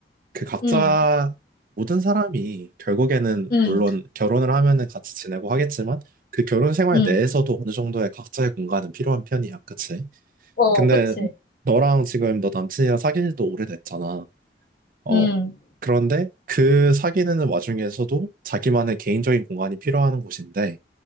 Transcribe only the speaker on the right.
그 각자
모든 사람이 결국에는
물론 결혼을 하면은 같이 지내고 하겠지만 그 결혼 생활
내에서도 어느 정도의 각자의 공간은 필요한 편이야, 그치?
근데
너랑 지금 너 남친이랑 사귄 지도 오래됐잖아. 어,
그런데 그 사귀는 와중에서도 자기만의 개인적인 공간이 필요한 곳인데